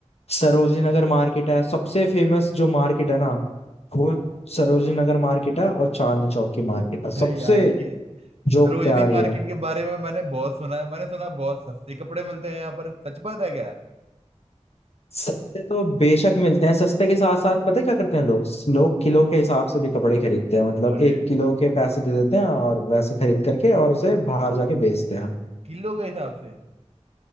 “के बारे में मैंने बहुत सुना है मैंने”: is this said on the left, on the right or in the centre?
Right